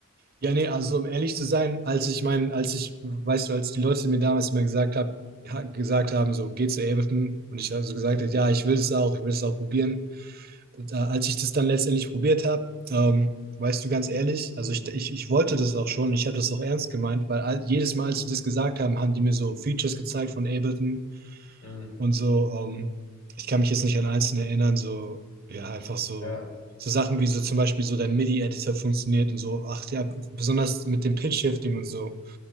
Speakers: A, on the right (about 45°); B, on the left (about 75°).
A: ja, nee, also um ehrlich zu sein, als ich mein, als ich, weißt du, als die Leute mir damals immer gesagt haben, gesagt haben, so geh zu Ableton und ich habe so gesagt
B: Mhm.
A: ja, ich will es auch, ich will es auch probieren, da, als ich das dann letztendlich probiert habe, ähm, weißt du ganz ehrlich, also ich, ich, ich wollte das auch schon, ich habe das auch ernst gemeint, weil all, jedes Mal, als sie das gesagt haben, haben die mir so Features gezeigt von Ableton
B: Mhm.
A: und so, ähm, ich kann mich jetzt nicht an einzelne erinnern, so, ja, einfach so,
B: Ja,
A: so Sachen wie so zum Beispiel so der MIDI-Editor funktioniert und so, ach ja, besonders mit dem Pitch-Shifting und so.